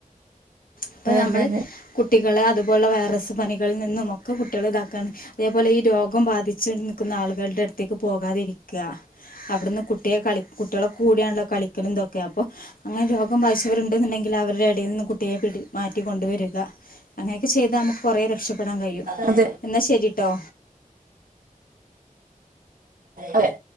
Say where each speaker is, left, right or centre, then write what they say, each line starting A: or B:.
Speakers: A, on the right; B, on the left.
A: അതെ
B: അപ്പനമ്മള്
A: അതെ അതെ
B: കുട്ടികളെ അതുപോലെ വൈറസ് പനികളിൽ നിന്നുമൊക്കെ കുട്ടിള ഇതാക്കാന്ന് അതേപോലെ ഈ രോഗം ബാധിച്ച് നിക്ക്ന്ന ആള്കൾടെ അട്ത്തേക്ക് പോകാതിരിക്ക. അവിടുന്ന് കുട്ടിയെ കളി കുട്ട്യളെ കൂടേയണല്ലോ കളിക്കലും ഇതൊക്കെ അപ്പൊ അങ്ങനെ രോഗം ബാധിച്ചവര് ഇണ്ട്ന്നുണ്ടെങ്കിൽ അവരുടെ എടേന്നും കുട്ടിയെ പിടി മാറ്റി കൊണ്ടുവര് ന്ന അങ്ങനെയൊക്കെ ചെയ്താ അമ്മക്ക് കൊറെ രക്ഷപ്പെടാൻ കഴിയും
A: അതെ
B: എന്നാ ശരീട്ടോ
A: അതെ